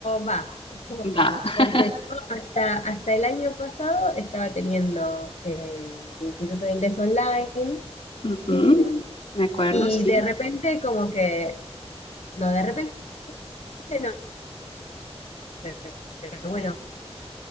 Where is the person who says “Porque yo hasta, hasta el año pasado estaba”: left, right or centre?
Left